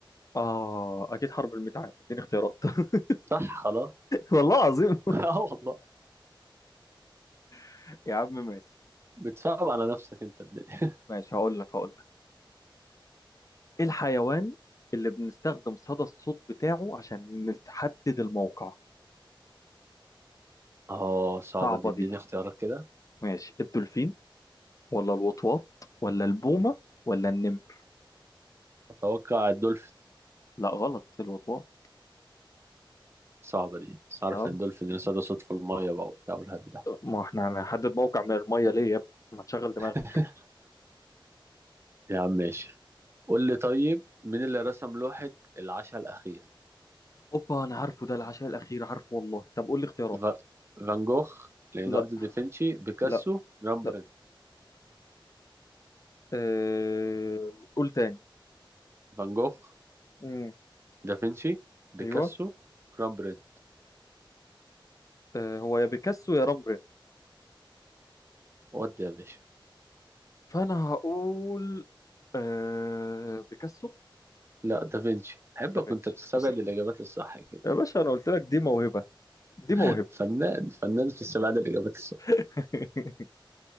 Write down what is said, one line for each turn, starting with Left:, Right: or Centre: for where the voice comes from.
Left: اه اكيد حرب الميت عام اديني اختيارات <laughs>
Right: صح خلاص
Left: والله العظيم
Right: <laughs> اه والله
Left: <laughs> يا عم ماشي
Right: بتصعب على نفسك انت الدنيا
Left: ماشي هقول لك هقول ايه الحيوان اللي بنستخدم صدى الصوت بتاعه عشان نحدد الموقع
Right: اه صعبة
Left: صعبة
Right: دي اديني
Left: دي
Right: اختيارات كده
Left: ماشي الدولفين ولا الوطواط ولا البومة ولا النمر
Right: اتوقع الدولفين
Left: لا غلط الوطواط
Right: صعبة دي بس عارف
Left: اه
Right: ان الدولفين يصطاد صوت في المية بقى وبتاع والهري ده
Left: ما احنا هنحدد موقع من المية ليه يا ابني ما تشغل دماغك
Right: <laughs> يا عم ماشي قول لي طيب مين اللي رسم لوحة العشاء الأخير
Left: اوبا انا عارفه ده العشاء الاخير عارفه والله طب قول لي اختيارات
Right: ف... فان جوخ ليوناردو
Left: لا
Right: دافنشي بيكاسو
Left: لا
Right: رامبرين
Left: لا اه... قول تاني
Right: فان جوخ
Left: امم
Right: دافنشي بيكاسو
Left: ايوه
Right: رامبرين
Left: اه هو يا بيكاسو يا رامبرين
Right: ودي يا باشا
Left: فانا هقول آه... بيكاسو
Right: لا دافنشي احبك
Left: دافنشي
Right: وانت بتستبعد
Left: اصل
Right: الاجابات الصح كده
Left: يا باشا انا قلت لك دي موهبة دي
Right: <laughs>
Left: موهبة
Right: فنان فنان في استبعاد الاجابات الصح
Left: <laughs>